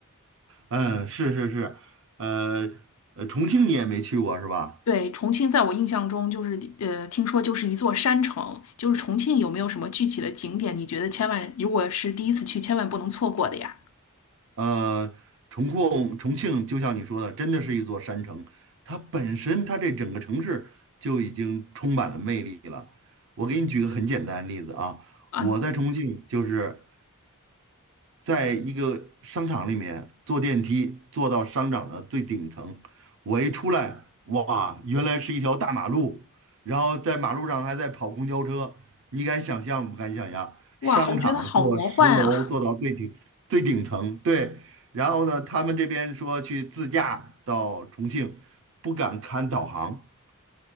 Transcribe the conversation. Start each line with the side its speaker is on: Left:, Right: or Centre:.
Right: 嗯，是是是，呃呃，重庆你也没去过是吧？
Left: 对，重庆在我印象中就是呃，听说就是一座山城，就是重庆有没有什么具体的景点，你觉得千万如果是第一次去，千万不能错过的呀？
Right: 呃，重控重庆就像你说的，真的是一座山城，它本身它这整个城市就已经充满了魅力了。我给你举个很简单的例子啊，
Left: 啊，
Right: 我在重庆就是在一个商场里面坐电梯坐到商场的最顶层，我一出来，哇，原来是一条大马路，然后在马路上还在跑公交车，你敢想象不敢想象？
Left: 哇，
Right: 商场坐十楼坐到最顶最顶层，
Left: 我觉得好魔幻啊！
Right: 对，然后呢，他们这边说去自驾到重庆，不敢看导航，